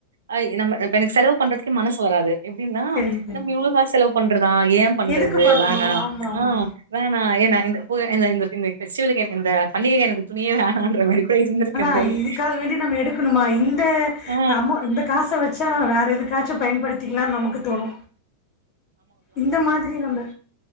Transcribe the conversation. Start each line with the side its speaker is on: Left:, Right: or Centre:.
Right: ஆ நம்ம இப்ப எனக்கு செலவு பண்றதுக்கே மனசு வராது எப்டின்னா
Left: சரிங்க தோழி
Right: நம்ம இவ்ளோ காசு செலவு பண்றதா ஏன் பண்றது
Left: எதுக்கு பண்ணணும்
Right: வோனா
Left: ஆமா ஆமா
Right: வேணா ஏன்னா இந்த பு இந்த இந்த இந்த பெஸ்டிவலுக்கு இந்த பண்டிகைக்கு எனக்கு துணியே வேனான்ற மாரி கூட இருந்திருக்கே
Left: ஆனா
Right: தோழி
Left: இதுக்காக வேண்டி நம்ம எடுக்குணுமா இந்த
Right: ஆ
Left: அமௌ இந்த காச வெச்சா நாம்ம வேற எதுக்காச்சு பயன்படுத்திக்கலானு நமக்கு தோணு இந்த மாதிரி நம்ப